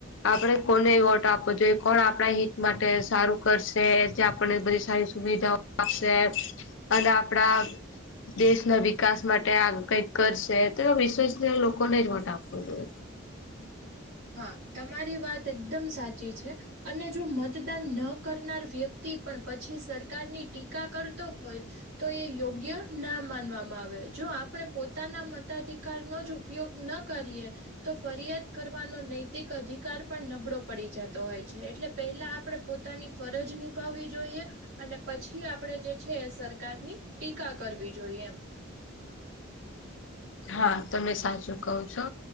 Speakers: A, on the left; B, on the right.
A: આપડે કોને એ વોટ આપવો જોઈએ કોણ આપણા હિત માટે સારું કરશે જે આપને બધીસ સારી સુવિધાઓ આપશે અને આપડા દેશના વિકાસ માટે આ કઈક કરશે તો વિશ્વસ લોકોને જ વોટ આપવો જોઈએ.
B: હા તમારી વાત એકદમ સાચી છે. અને જો મતદાન ન કરનાર વ્યક્તિ પણ પછી સરકારની ટીકા કરતો હોય તો યે યોગ્ય ના માનવામાં આવે જો આપણે પોતાના મતાધિકાર ન જો ઉપયોગ ન કરીએ તો ફરિયાદ કર ફાનો નૈતિક અધિકાર પણ નબળો પડી જતો હોય. છે એટલે પેહલા આપડે પોતાની ફરજ નિભાવી જોઈએ અને પછી આપડે જે છે એ સરકારની ટીકા કરવી જોઈએ એમ
A: હા તમે સાચું કહો છો.